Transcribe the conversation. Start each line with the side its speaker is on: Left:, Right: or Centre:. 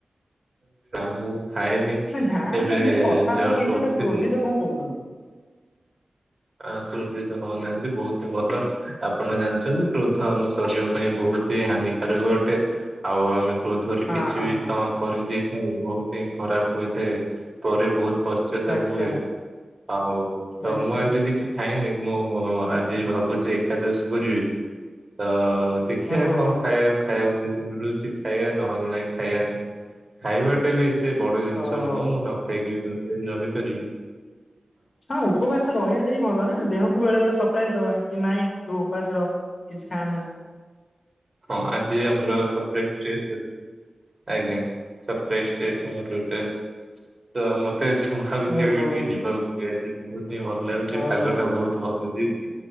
Right: ମୁଁ ଖାଏନି
Left: ନା
Right: ଏବେ
Left: ମ ମୁଁ କଥାବାର୍ତ୍ତା
Right: ଜଷ୍ଟ
Left: ସେମିତି ଗୋଟେ
Right: ଉଠିଲି।
Left: କ୍ରୋଧିତ କଣ କହୁଛନ୍ତି।
Right: ଆ କ୍ରୋଧିତ ହଉନାହାନ୍ତି ବହୁତ ହିଁ ଭଲ ଆପଣ ଜାଣିଛନ୍ତି କ୍ରୋଧ ଆମ ଶରୀର ପାଇଁ ବହୁତ ତି ହାନିକାରକ ଗଟେ ଆଉ ଆମେ କ୍ରୋଧରେ
Left: ହଁ
Right: କିଛି
Left: ହଁ
Right: ବି
Left: ହଁ
Right: କଣ କରିଦେଇଥାଉ ବହୁତ ହିଁ ଖରାପ ହୋଇଥାଏ ପରେ ବହୁତ ପଶ୍ଚାତାପ
Left: ଆଚ୍ଛା
Right: ହୁଏ ଆଉ ତ
Left: ଆଚ୍ଛା
Right: ମୁଁ ଆଜି କିଛି ଖାଇନି ମୁଁ ଆଜି ଭାବୁଛି ଏକାଦଶ କରିବି ତ ଦେଖିବା
Left: ଓହୋ
Right: କଣ
Left: ହୋ
Right: ଖାଇବା ଖାଇବାକୁ ଯଦି ମିଳୁଛି ଖାଇବା ନହେଲେ ନାଇଁ ଖାଇବାନି ଖାଇବାଟା ବି ଏତେ ବଡ ଜିନିଷ
Left: ହଉ ହଉ।
Right: ନୁହଁ ମୁଁ ନ ଖାଇକି ବି ଦଶଦିନ ରହିପାରିବି।
Left: ହଁ ଉପବାସ ରହିବାଟା ହି ଭଲ ନା ଦେହକୁ ବେଳେ ବେଳେ ସରପ୍ରାଇଜ ଦବା କି ନାଇଁ ତୁ ଉପାସ ରହ। କିଛି ଖା ନା।
Right: ହଁ ଆଜି ଆମର ସପ୍ରାଇଜ ଡେ। ଆଜ୍ଞା ସରପ୍ରାଇଜ ଡେ। <unintelligible> ତ ମତେ ଆଜି ମହାବିଦ୍ୟାଳୟ
Left: ଓହୋ
Right: ବି ଟିକେ ଯିବାକୁ ହୁଏ ଆଜି ବହୁତ ଟିକେ ଭଲ ଲାଗୁଛି
Left: ଓହୋ।
Right: ପାଗ ଟା ବହୁତ ଭଲ ଦେଇଛି